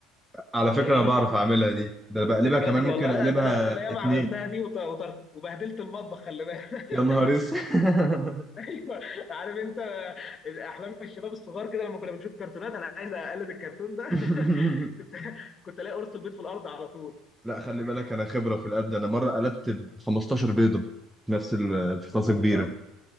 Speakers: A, in the centre; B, on the left (about 25°).
A: على فكرة
B: فاهمني
A: انا بعرف اعملها دي ده انا بقلبها
B: بجد
A: كمان ممكن
B: والله
A: اقلبها
B: لا ده انا ده انا ياما
A: اتنين
B: عملتها دي وت- وتر- وبهدلت المطبخ خلي بالك
A: يا نهار اسود
B: ايوه عارف انت احلام الشباب الصغار كده لما كنا بنشوف كرتونات انا عايز اقلد الكرتون ده
A: <laughs>
B: <laughs> كنت كنت الاقي قرص البيض في الارض على طول
A: لا خلي بالك انا خبره في القلب ده انا مره قلبت ب 15 بيضه في نفس ال... في
B: ما
A: طاسه
B: شاء
A: كبيره
B: الله